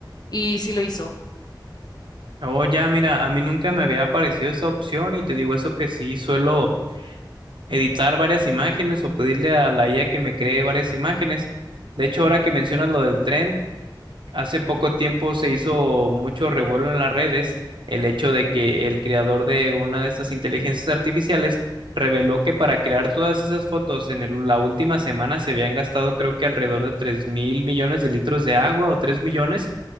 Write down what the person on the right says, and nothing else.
Oh, ya, mira, a mí nunca me había aparecido esa opción y te digo eso que sí suelo editar varias imágenes o pedirle a la IA que me cree varias imágenes. De hecho, ahora que mencionas lo del tren, Hace poco tiempo se hizo mucho revuelo en las redes el hecho de que el creador de una de estas inteligencias artificiales reveló que para crear todas esas fotos en el- la última semana se habían gastado creo que alrededor de tres mil millones de litros de agua o tres millones